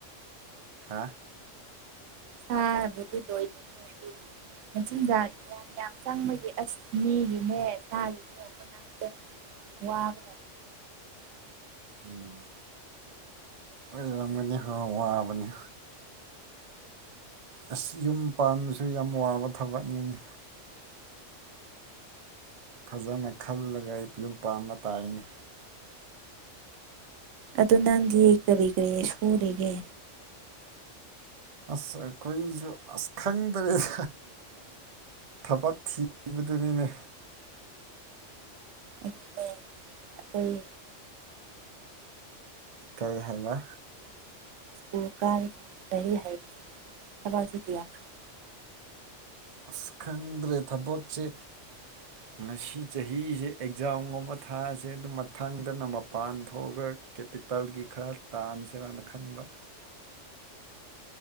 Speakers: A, on the right (about 40°); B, on the right (about 75°).
A: ꯍꯥ
B: ꯊꯥꯔ ꯕꯨꯗꯤ ꯂ‌ꯣꯏ <inaudible> ꯃꯆꯤꯟꯖꯥꯛ ꯌꯥꯝ ꯌꯥꯝ ꯆꯪꯕꯒꯤ ꯑꯁ ꯃꯤꯒꯤꯅꯦ <unintelligible> <inaudible> ꯋꯥ <inaudible>
A: ꯎꯝ ꯑꯣꯏꯔꯝꯒꯅꯤ ꯍ‌ꯣ ꯋꯥꯕꯅꯤ ꯫ ꯑꯁ ꯌꯨꯝ ꯄꯥꯟꯕꯁꯨ ꯌꯥꯝ ꯋꯥꯕ ꯊꯕꯛꯅꯤꯅ‌ꯦ ꯫ ꯐꯖꯅ ꯈꯜꯂꯒ ꯑꯩ ꯌꯨꯝ ꯄꯥꯟꯕ ꯇꯥꯏꯅ‌ꯦ ꯫
B: ꯑꯗꯨ ꯅꯪꯗꯤ ꯀꯔꯤ ꯀꯔꯤ ꯁꯨꯔꯤꯒꯦ?
A: ꯑꯁ ꯑꯈꯣꯏꯖꯨ ꯑꯁ ꯈꯪꯗ꯭ꯔꯦ ꯫ ꯊꯕꯛ ꯊꯤꯕꯗꯨꯅꯤꯅꯦ
B: ꯑꯗ‌ꯨꯅ‌ꯦ ꯑꯈ‌ꯣꯏ
A: ꯀꯔꯤ ꯍꯥꯏꯕ
B: <unintelligible>
A: ꯑꯁ ꯈꯪꯗ꯭ꯔꯦ ꯊꯕꯛꯁꯦ
B: <inaudible>
A: ꯉꯁꯤ ꯆꯍꯤꯁꯦ ꯑꯦꯛꯖꯥꯝꯒꯨꯝꯕ ꯊꯥꯁꯦ ꯑꯗꯨ ꯃꯊꯪꯗꯅ ꯃꯄꯥꯟ ꯊꯣꯛꯑꯒ ꯀꯦꯄꯤꯇ‌ꯜꯒꯤ ꯈꯔ ꯇꯥꯟꯁꯤꯔꯅ ꯈꯟꯕ